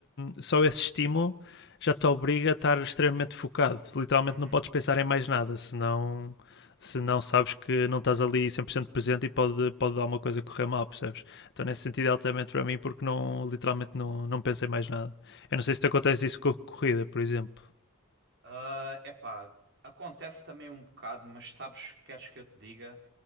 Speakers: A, on the left; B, on the right.
A: só esse estímulo. Já te obriga a estar extremamente focado. Literalmente
B: Uhum.
A: não podes pensar em mais nada, senão se não sabes que não estás ali 100% presente e pode, pode dar uma coisa a correr mal, percebes? Então, nesse sentido, é altamente para mim, porque não, literalmente não, não pensei mais nada. Eu não sei se te acontece isso com a corrida, por exemplo.
B: Ah, epá, acontece também um bocado, mas sabes, queres que eu te diga?